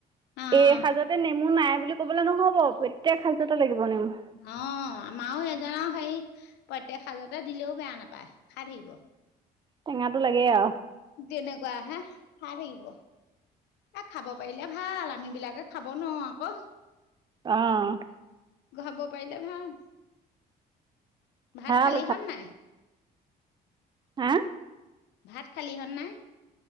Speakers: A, on the left; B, on the right.
A: অ'
B: এই সাঁজতে নেমু নাই বুলি ক'বলে নহ'ব, প্ৰত্যেক সাজতে লাগিব নেমু।
A: অ', আমাৰো এইজনক হেই প্ৰত্যেক সাজতে দিলেও বেয়া নাপায়, খাই থাকিব।
B: টেঙাটো লাগেই আৰু।
A: তেনেকুৱাহে, খাই থাকিব। এ, খাব পাৰিলে ভাল, আমি বিলাকে খাব নোৱাৰোঁ আকৌ।
B: অ'।
A: খাব পাৰিলে ভাল। ভাত
B: ভাল
A: খালিহঁত নাই?
B: আ?
A: ভাত খালিহঁত নাই?